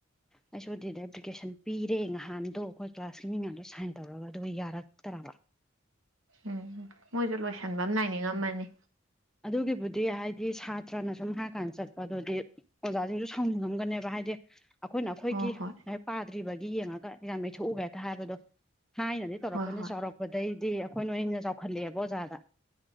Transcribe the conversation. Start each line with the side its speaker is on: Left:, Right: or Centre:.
Centre: ꯑꯩꯁꯨ ꯑꯗꯨꯗꯤ ꯑꯦꯄ꯭ꯂꯤꯀꯦꯁꯟ ꯄꯤꯔꯦ ꯉꯍꯥꯟꯗꯣ ꯑꯩꯈꯣꯏ ꯀ꯭ꯂꯥꯁꯀꯤ ꯃꯤ ꯉꯥꯡꯗꯣ ꯁꯥꯏꯟ ꯇꯧꯔꯒ ꯑꯗꯨꯒ ꯌꯥꯔꯛ ꯇꯔꯕ
Right: ꯎꯝ ꯃꯣꯏꯁꯨ ꯂꯣꯏꯁꯤꯟꯕ ꯑꯃ ꯅꯥꯅꯤꯡꯉꯝꯃꯅꯤ
Centre: ꯑꯗꯨꯒꯤꯕꯨꯗꯤ ꯍꯥꯏꯗꯤ ꯁꯥꯇ꯭ꯔꯅ ꯁꯨꯝ ꯍꯥꯏꯀꯥꯟꯗ ꯆꯠꯄ ꯑꯗꯨꯗꯤ ꯑꯣꯖꯥꯁꯤꯡꯁꯨ ꯁꯥꯎꯅꯤꯡꯉꯝꯒꯅꯦꯕ ꯍꯥꯏꯗꯤ ꯁꯦ ꯑꯩꯈꯣꯏꯅ ꯑꯩꯈꯣꯏꯒꯤ
Right: ꯍꯣ ꯍꯣꯏ
Centre: ꯉꯥꯏ ꯄꯥꯗ꯭ꯔꯤꯕꯒꯤ ꯌꯦꯡꯉꯒ ꯑꯦꯟꯖꯥꯡ ꯌꯩꯊꯣꯛꯎꯒꯦꯛꯇ ꯍꯥꯏꯕꯗꯣ ꯊꯥꯏꯅꯗꯤ ꯇꯧꯔꯛꯄꯅ
Right: ꯍꯣꯏ ꯍꯣꯏ
Centre: ꯆꯥꯎꯔꯛꯄꯗꯩꯗꯤ ꯑꯩꯈꯣꯏꯅꯣꯏꯟꯅ ꯆꯥꯎꯈꯠꯂꯛꯑꯦꯕ ꯑꯣꯖꯥꯗ